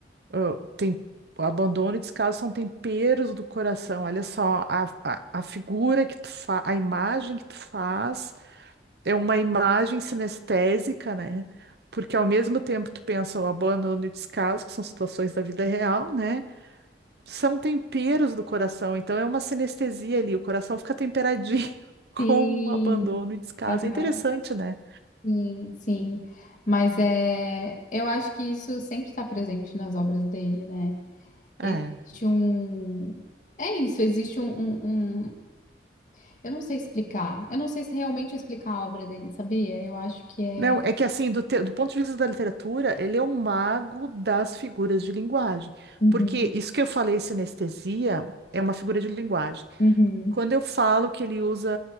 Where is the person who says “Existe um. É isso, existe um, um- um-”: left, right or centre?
Left